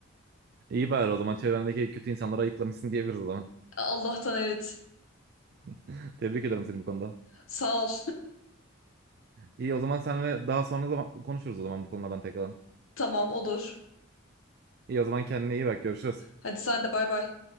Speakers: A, on the right; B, on the left.
A: İyi bari o zaman çevrendeki kötü insanları ayıklamışsın diyebiliriz o zaman.
B: Allah'tan evet.
A: <laughs> Tebrik ederim seni bu konuda.
B: Sağ ol.
A: İyi o zaman seninle daha sonra zaman konuşuruz o zaman bu konulardan tekrardan.
B: <laughs> Tamam olur.
A: İyi o zaman kendine iyi bak görüşürüz.
B: Hadi sen de bay bay.